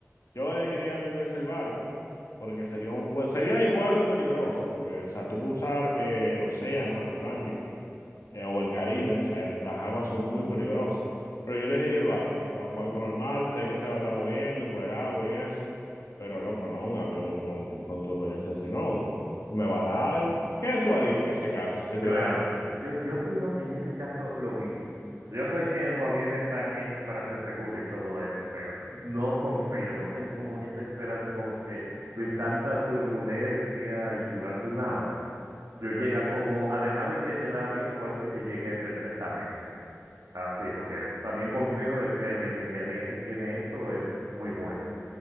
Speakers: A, on the left; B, on the right.
A: Yo elegiría mil veces el barco, porque sería, un- bueno, sería igual de peligroso, porque, o sea, tú cruzar eh, el océano, el Atlántico, eh, o el Caribe, o sea, es- las aguas son muy peligrosas. Pero yo elegiría el barco, o sea, un barco normal, sé que se va a estar moviendo por el agua y eso, pero loco, no, un avión con, con turbulencia así, no, me va a dar algo. ¿Qué tú harías en ese caso si te
B: Claro,
A: dieran el avión?
B: yo, yo opino en ese caso lo mismo. Yo sé que el aviones están hecho para ser seguro y todo eso, pero no confío, no tengo como esa esperanza como que de tanta turbulencia y durante una hora. Yo llega como, además de que el avión puede ser que llegue perfectamente, así, porque también confío de que la ingeniería que tiene eso es muy buena.